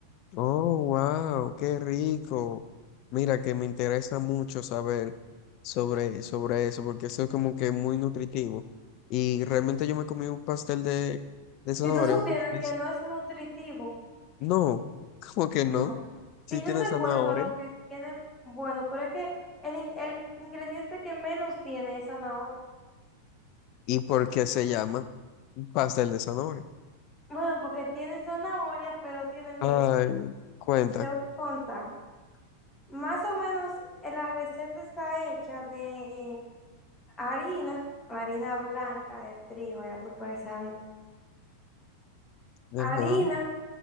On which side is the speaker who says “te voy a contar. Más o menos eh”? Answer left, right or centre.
Left